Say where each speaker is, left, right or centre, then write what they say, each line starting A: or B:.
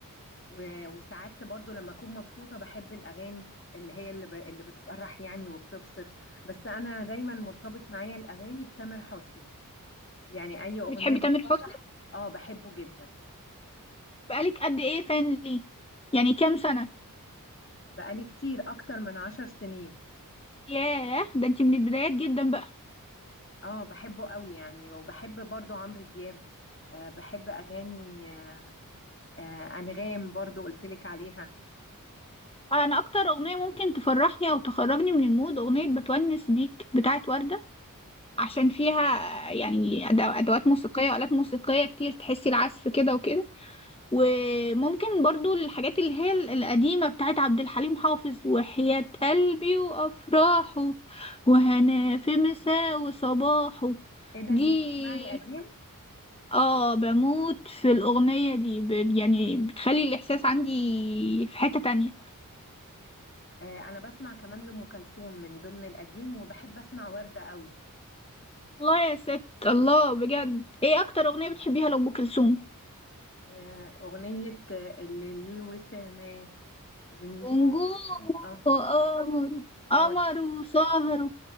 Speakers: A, on the left (about 40°); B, on the left (about 15°).
A: و- وساعات برضو لما اكون مبسوطة بحب الاغاني اللي هي اللي, ب... اللي بتفرح يعني وبتبسط بس انا دايما مرتبط معايا الاغاني بتامر حسني يعني اي اغنية
B: بتحبي
A: بتفرح
B: تامر حسني
A: اه بحبه جدا
B: بقالك قد ايه فان ليه يعني كام سنة
A: بقالي كتير اكتر من عشر سنين
B: ياه ده انت من البدايات جدا بقى
A: اه بحبه قوي يعني وبحب برضو عمرو دياب آه بحب اغاني آه آه انغام برضو قلتلك عليها
B: انا اكتر اغنيه ممكن تفرحني او تخرجني من المود اغنيه بتونس بيك بتاعت ورده عشان فيها يعني أدو- ادوات موسيقيه والات موسيقيه كتير تحسي العزف كده وكده وممكن برضو الحاجات اللي هي ال- القديمه بتاعت عبد الحليم حافظ وحياة قلبي وافراحه وهنا في مساء وصباحه
A: ايه ده
B: دي
A: انت بتسمعي قديم
B: اه بموت في الاغنيه دي ب- يعني بتخلي الاحساس عندي في حته تانية
A: آه انا بسمع كمان لام كلثوم من ضمن القديم وبحب اسمع وردة قوي
B: الله يا ست الله بجد ايه اكتر اغنية بتحبيها لأم كلثوم
A: آه، أغنية آه، اللي الوسامة ونجوم
B: ونجوم
A: اه
B: وقمر قمر
A: اه دي
B: وسهر